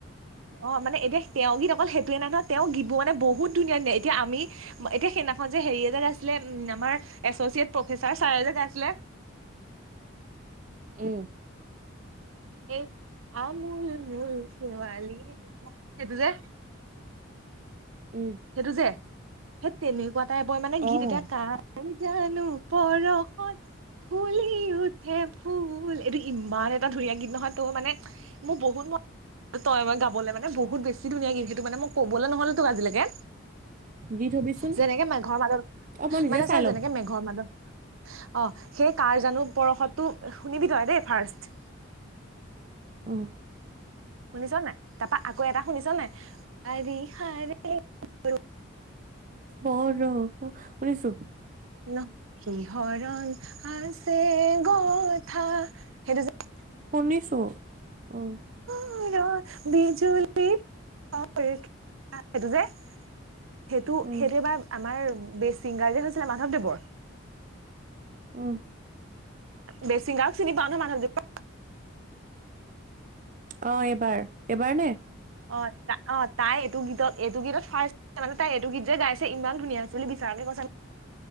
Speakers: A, on the right; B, on the right.
A: অ মানে এতিয়া তেওঁ গীত অকল সেইটো তেওঁ মানে তেওঁ গীত মানে বহুত ধুন ধনীয়া এতিয়া আমি এতিয়া সেইদিনাখন যে হেৰি এটা আছিলে উম আমাৰ এছচিয়েট প্ৰফেচাৰ ছাৰে গাইছিলে
B: উম
A: এক আমূল মূল শেৱালি সেইটো যে
B: উম,
A: সেইটো যে স তেনি কুৱ এটাই মানে গীত
B: অ',
A: এতিয়া কা জানো পৰশত ফুলি উঠে ফুল এইটো ইমান এটা ধুনীয়া গীত নহয় তই মানে মোৰ বহুত মন তই মই গাবলৈ মানে বহুত বেছি ধুনীয়া গীত সেইটো মানে মই ক'বলৈ নহ'ল তোক আজিলৈকে।
B: দি থবিচোন
A: যেনেকে মেঘৰৰ মাদত
B: অ', মই নিজে
A: মানে
B: চাই
A: ছাৰ
B: ল'ম।
A: যেনেকে মেঘৰ মাদত অ সেই কাৰ জানোঁ। পৰশতটো শুনিবি তই দেই ফাৰ্ষ্ট।
B: অ
A: শুনিছ নাই তাপা আকৌ এটা শুনিছা নাই শাৰি শাৰি। এই
B: ব ৰ শুনিছোঁ
A: ন সি হৰণ আছে গথা সেইটো? যে
B: শুনিছোঁ উম
A: মূৰৰ বিজুলি এইটো যে সেইটো
B: উম,
A: সেইটো এটা আমাৰ বে ছিংগাৰ যে হৈছিলে মাধৱদেৱৰ।
B: উম
A: বেছিংগা চিনি পাওঁ নে মাধৱদেৱক?
B: অ এইবাৰ এবাৰ নে
A: অ ত অ তাই এইটো গীত এইটো গীত ফাৰ্ষ মে তাই এইটো গীত যে গাইছে ইমান ধুনীয়া হৈছে বুলি বিচাৰকে কৈছে।